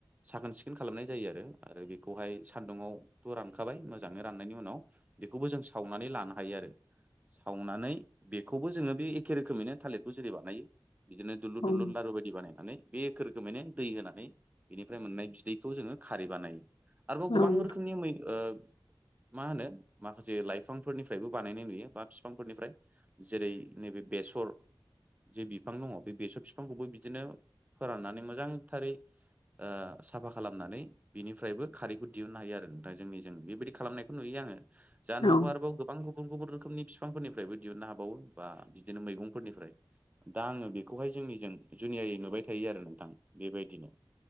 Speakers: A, on the right (about 20°); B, on the left (about 75°).
A: साखोन सिखोन खालामनाय जायो आरो आरो बेखौहाय सान्दुंआवथ' रानखाबाय मोजाङै राननायनि उनाव बेखौबो जों सावनानै लानो हायो आरो। सावनानै बेखौबो जोङो बे एखे रोखोमैनो थालिरखौ जेरै बानायो बिदिनो दुलुर
B: औ
A: दुरलुन लारु बायदि बानायनानै बे एख रोखोमैनो दै होनानै बेनिफ्राय मोननाय बिदैखौ जोङो खारै बानायो। आरोबाव
B: औ
A: गोबां
B: नोंथां
A: रोखोमनि मै ओ मा होनो माखासे लाइफांफोरनिफ्रायबो बानायनाय नुयो बा बिफांफोरनिफ्राय। जेरै नैबे बे सर जि बिफां दङ बे बेसर बिफांखौबो बिदिनो फोराननानै मोजांथारै ओ साफा खालामनानै बिनिफ्रायबो खारैखौ दिहुननो हायो आरो नोंथां जोंनि जों बेबायदि खालामनायखौ नुयो आङो। जानो हागौ
B: औ
A: आरोबाव गोबां गुबुन गुबुन रोखोमनि बिफांफोरनिफ्रायबो दिहुननो हाबावो बा बिदिनो मैगंफोरनिफ्राय। दा आङो बेखौहाय जोंनिजों जुनियायै नुबाय थायो आरो नोंथां बेबायदिनो।